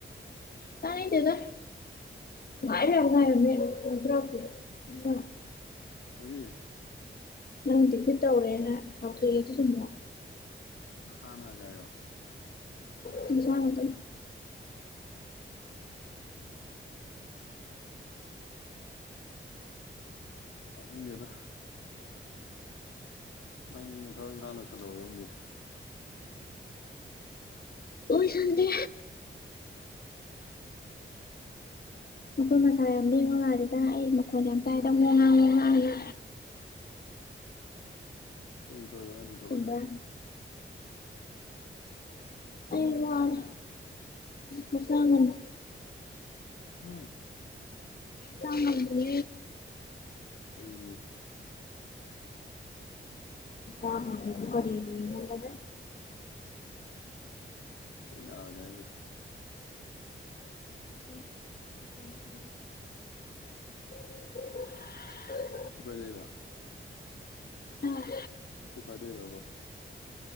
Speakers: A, on the left; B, on the left.
A: ꯇꯥꯅꯤꯡꯗꯦꯗ <unintelligible>
B: ꯀꯔꯤ
A: ꯉꯝꯗꯤ ꯐꯠ ꯇꯧꯔꯦꯅ ꯂꯥꯎꯊꯣꯛꯑꯦ ꯁꯦ ꯆꯨꯝꯕ꯭ꯔꯥ
B: ꯅꯁꯥꯅꯒꯌꯣ
A: ꯀꯁꯨꯃꯅ ꯇ
B: ꯐꯅꯤꯡꯗꯤꯦꯗ ꯅꯪ ꯊꯕꯛ ꯏꯪꯈꯥꯡ ꯂꯣꯏꯁꯜꯂꯛꯑꯣ ꯌꯨꯝꯒꯤ
A: ꯑꯣꯏ ꯆꯗ ꯃꯈꯣꯏ ꯃꯁꯥ ꯌꯥꯝ ꯂꯉ ꯉꯥꯜꯂꯤꯗ ꯑꯩ ꯃꯈꯣꯟ ꯌꯥꯝ ꯇꯥꯏꯗ ꯍ ꯉꯥꯡꯉꯨ ꯉꯥꯡꯉꯦ
B: ꯀꯩ ꯇ ꯀꯅ ꯨꯇ
A: ꯆꯨꯝꯕ꯭ꯔꯥ
B: ꯂꯣꯏꯁꯤꯟꯗꯅꯤ
A: ꯑꯔꯔ ꯃꯁꯥꯃꯠ
B: ꯎꯝ
A: ꯀꯗ ꯍ
B: ꯑꯗꯨꯒꯤꯦ
A: ꯑ ꯀ ꯔꯗꯤꯅꯗ
B: ꯀꯩꯅ ꯑꯔꯒꯥꯏꯁ
A: ꯟꯅ
B: ꯏꯄ ꯂꯩꯔ
A: ꯎꯝ
B: ꯏꯐꯗꯩ ꯂꯕ